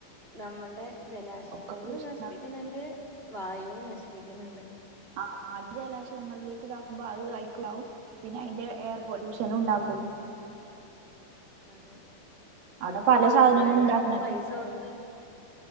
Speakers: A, on the right; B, on the right.
A: നമ്മള്ടെ ജലാശയങ്ങളിൽ
B: ഒക്കെ പൊല്യൂഷൻ
A: നശിപ്പിക്ക്ന്ന്ണ്ട് വായുവും നശിപ്പിക്ക്ന്ന്ണ്ട്.
B: ആഹ് മാലി ജലാശയങ്ങളിലേക്ക് ഇതാക്കുമ്പൊ അവ് പിന്നെ അയിന്റെ എയർ പൊല്യൂഷനുണ്ടാകും.
A: ഉം അതെ.
B: അവിടെ
A: ഇപ്പൊ
B: പല സാധനങ്ങളും
A: വെള്ളം
B: ഉണ്ടാക്കണ
A: നമ്മള് പൈസ
B: ഫാക്ടറിയാണ്.
A: കൊട്ത്ത്